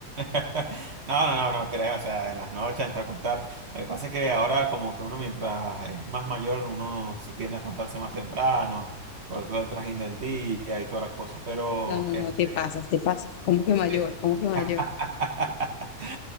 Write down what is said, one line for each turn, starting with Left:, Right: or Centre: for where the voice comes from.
Right: <laughs> No, no, no, no creo, o sea, en las noches, antes de acostarte. Lo que pasa es que ahora como que uno mientras es más mayor, uno se tiende a acostarse más temprano por todo el trajín del día y toda la cosa. Pero,
Left: No, no,
Right: este,
Left: no, te pasas, te pasas. ¿Cómo que mayor?
Right: sí.
Left: ¿Cómo que mayor?
Right: <laughs>